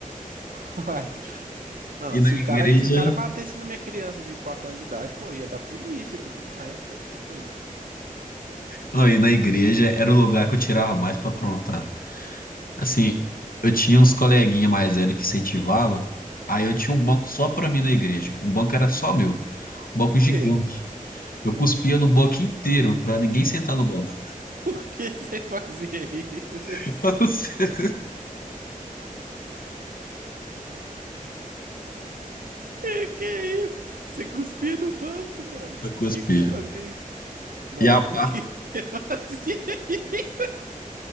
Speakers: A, on the right; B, on the left.
A: <laughs> Uai. Não,
B: E na
A: se
B: igreja.
A: o cara, se o cara batesse na minha criança de 4 anos de idade, pô, ia dar polícia e tudo mais, pô, você é doido.
B: Não, e na igreja era o lugar que eu tirava mais pra aprontar. Assim,
A: Hum,
B: eu tinha uns coleguinhas mais velhos que incentivava, aí eu tinha
A: hum.
B: um banco só pra mim na igreja. Um banco era só meu. Um banco
A: Por
B: gigante.
A: quê?
B: Eu cuspia no banco inteiro pra ninguém sentar no banco.
A: <laughs> Por que você <laughs> fazia isso?
B: <laughs> Pra não ser-
A: Que que é isso? Você cuspia no banco, mano. Por
B: Eu cuspia.
A: que que você fazia isso? Não,
B: E a
A: por
B: pá,
A: que <laughs> eu fazia isso? <laughs>